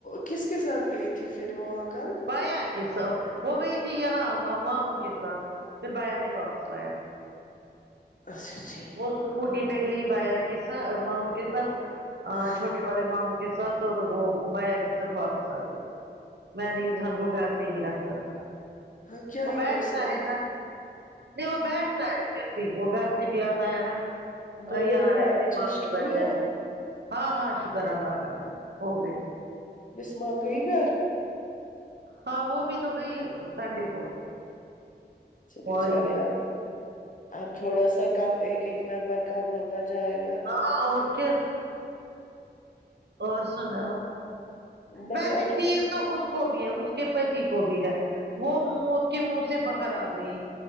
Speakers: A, on the left; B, on the right.
A: کس کے ساتھ گئی تھی پھر وہاں کل
B: بایا کے س وہ گئی تھی یہاں ماموں کے ساتھ پھر بایا نے واپس لایا
A: اچھا اچھ
B: وہ اسکوٹی پہ گئی بایا کے س ماموں کے ساتھ
A: ٹھیک
B: چھوٹے بڑے ماموں کے ساتھ تو وہ بایا کے ساتھ واپس آ گئی میں نے اسان کو گھر پہ ہی رکھا تھا
A: ہاں کیا
B: وہ
A: ہی
B: بیھتا
A: کر سکتی
B: ہے ن نہیں وہ بیٹھتا ہے پھر بھی وہ گھر سے بھی آتا ہے نا
A: وہ
B: اور
A: لوگ
B: یہاں
A: وہاں
B: رہتے
A: ایڈجسٹ
B: ماں کے
A: ہوئے
B: بغیر
A: ہیں،
B: ہاں ہاں شکر اللہ کاا ہوگ
A: بسماں گئی گھر
B: ہاں وہ بھی تو گئی سنڈے کو
A: بچارے
B: وہی
A: آ تو اب تھوڑا سا کم ایک ایک ممبر کم ہوتا جائے گا
B: ہاں اور کیا اور سناو
A: بس
B: ویسے
A: آپ
B: فیل
A: کو
B: تو اس کو بھی ہے اس کے پتی کو بھی ہے وہ موت کے منہ سے باہر آ گئی